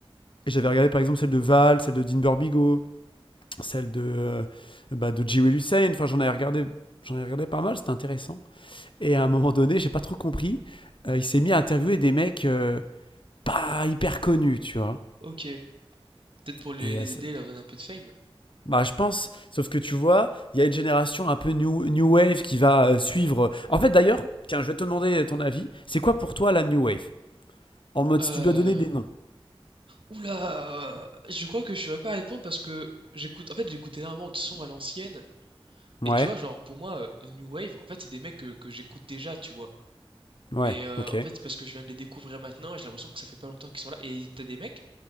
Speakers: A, on the left; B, on the right.
A: Et j'avais regardé par exemple celle de Val, celle de Dean Burbigo, celle de, euh, bah, de G. Will Hussein. Enfin, j'en avais regardé. J'en ai regardé pas mal, c'était intéressant. Et à un moment donné, j'ai pas trop compris, euh, il s'est mis à interviewer des mecs euh, pas hyper connus, tu vois.
B: OK. Peut-être pour les
A: Et
B: les
A: euh, ça-
B: aider, leur donner un peu de fame?
A: bah, je pense, sauf que tu vois, il y a une génération un peu new, new wave qui va euh, suivre. euh. En fait, d'ailleurs, tiens, je vais te demander ton avis. C'est quoi pour toi la new wave En mode,
B: Heu,
A: si tu dois donner des noms.
B: ouh Je crois que je saurais pas répondre parce que j'écoute en fait, j'écoute énormément de sons à l'ancienne
A: Ouais,
B: et tu vois, genre, pour moi, heu, le new wave, en fait, c'est des mecs que que j'écoute déjà, tu vois?
A: ouais,
B: Mais heu,
A: ok.
B: en fait, c'est parce que je viens de les découvrir maintenant et j'ai l'impression que ça fait pas longtemps qu'ils sont là et t'as des mecs